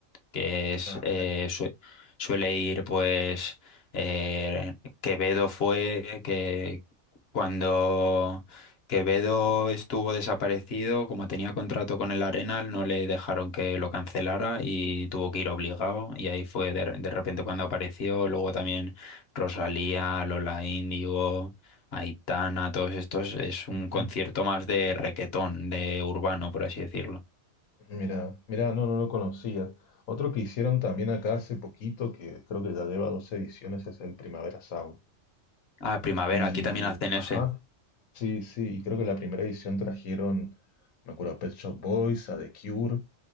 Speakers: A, on the left; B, on the left.
A: que es
B: Ah,
A: eh,
B: claro.
A: sue- suele ir pues eh, Quevedo fue que cuando Quevedo estuvo desaparecido, como tenía contrato con el Arenal, no le dejaron que lo cancelara y tuvo que ir obligado y ahí fue de, de repente cuando apareció, luego también Rosalía, Lola Índigo, Aitana, todos estos es un
B: Ujú.
A: concierto más de requetón, de urbano, por así decirlo.
B: Mira, mira, no, no lo conocía. Otro que hicieron también acá hace poquito, que creo que ya lleva dos ediciones, es el Primavera Sound.
A: Ah, Primavera,
B: Y,
A: aquí también hacen
B: ajá,
A: ese.
B: sí, sí, y creo que la primera edición trajeron, me acuerdo, a Pet Shop Boys, a The Cure,